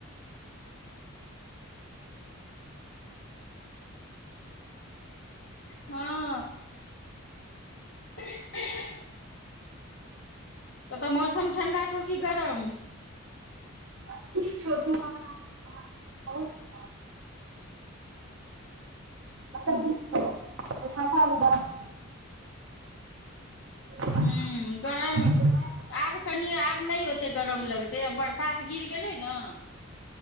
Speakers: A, on the left; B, on the right.
A: हं <inaudible> उतै मौसम ठण्डा छौ की गरम
B: <unintelligible> बहुत मतलब
A: हू
B: नीक छौ <unintelligible> <inaudible>
A: हूँ गरम आब कनि आब नहि ओतेक गरम लगतै आब बरसात गिर गेलै ने